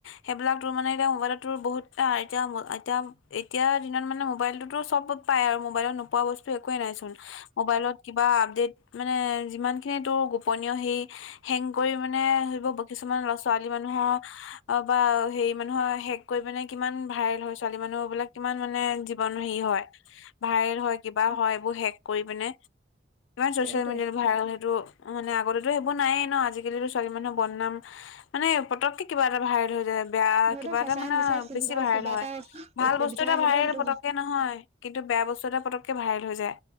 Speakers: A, on the left; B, on the right.
A: সেইবিলাক তোৰ মানে এতিয়া মোবাইলত ত বহুত এতিয়া এতিয়া এতিয়া দিনত মানে মোবাইলতোতো চব পাই আৰু মোবাইলত নোপোৱা বস্তু একোৱে নাই চোন মবাইলত কিবা আপডট মানে যিমান খিনি তোৰ গোপনীয় সেই সেং কৰি মানে ধৰিব কিছুমান লৰা ছোৱালী মানুহৰ অ বা হেৰি মানুহৰে কৰিৈ পিনে কিমান ভাইল হয় ছোৱালী মানুহবলাক কিমান মানে জীৱন হয় ভল হয় কিবা হয় এইবোৰ শেষ কৰি পিনে ছ'চেল
B: সেইটোৱে
A: মিডিয়াত ভৰাল সেইটো মানে আগতেতো সেইবোৰ নায়েই ন, আজিকালিতো ছোৱালী মানুহৰ বদনাম মানে পতককে কিবা এটা ভাইৰেল হৈ যায় বেয়া
B: ধৰিলও
A: কিবা
B: সঁচাই
A: এটা মানে
B: মিছাই কোনোবা
A: বেছি ভাইৰেল
B: কিবা
A: হয়,
B: এটা
A: ভাল
B: অসুবিধা
A: বস্তু এটা
B: হলেও
A: ভাইৰেল
B: সেইটো
A: পতককে নহয়, কিন্তু বেয়া বস্তু এটা পতককে ভাইৰেল হৈ যায়।